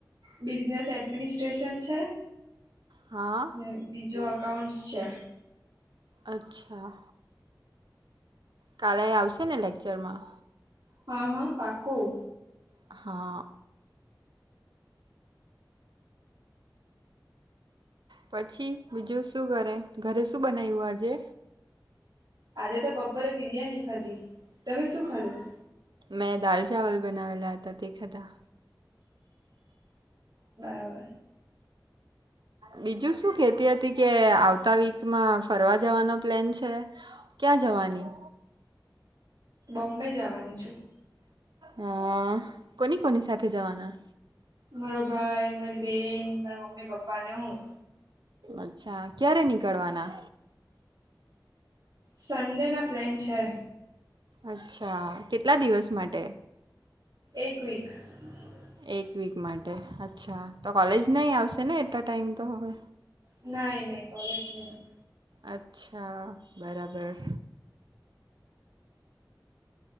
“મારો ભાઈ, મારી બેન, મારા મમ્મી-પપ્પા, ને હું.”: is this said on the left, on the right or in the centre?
Right